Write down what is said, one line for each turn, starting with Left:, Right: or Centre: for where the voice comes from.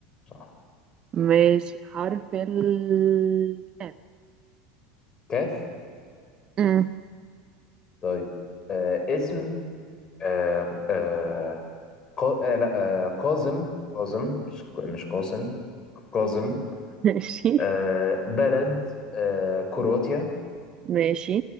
Left: صح
Right: ماشي حرف ال كاف.
Left: كاف
Right: أمم.
Left: طيب آه اسم آه آه قا... آه لا آه قازم قازم مش ك- مش قاسم قازم
Right: <laughs> ماشي
Left: آه بلد آه كرواتيا
Right: ماشي